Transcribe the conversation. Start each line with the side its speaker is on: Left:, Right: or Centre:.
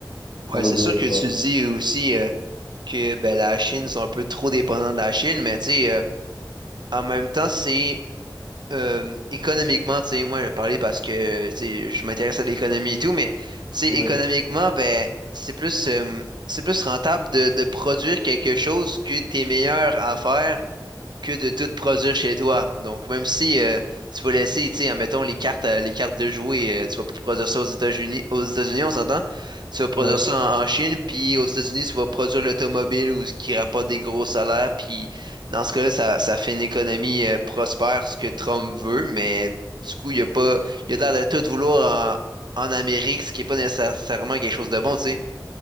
Left: Pour
Right: Ouais,
Left: le
Right: c'est
Left: mieux,
Right: sûr que
Left: tu
Right: tu
Left: vois.
Right: dis aussi euh, que ben, la Chine sont un peu trop dépendants de la Chine, mais tu sais, euh, en même temps, c'est euh, économiquement, tu sais, moi je vais parler parce que tu sais, je m'intéresse à l'économie et tout, mais tu sais,
Left: Ouais,
Right: économiquement, ben, c'est plus, euh, c'est plus rentable de, de produire quelque chose que t'es meilleur à faire que de tout produire chez toi. Donc, même si euh, tu vas laisser, tu sais, admettons, les cartes, à- les cartes de jouer, euh, tu vas pas produire ça aux États-Unis, aux États-Unis, on s'entend? Tu vas produire
Left: ouais,
Right: ça en, en Chine, puis aux États-Unis, tu vas produire l'automobile ou ce qui rapporte des gros salaires, puis dans ce cas-là, ça, ça fait une économie euh, prospère, ce que Trump veut, mais du coup, il y a pas, il a l'air de tout vouloir en, en Amérique, ce qui est pas nécessairement quelque chose de bon, tu sais.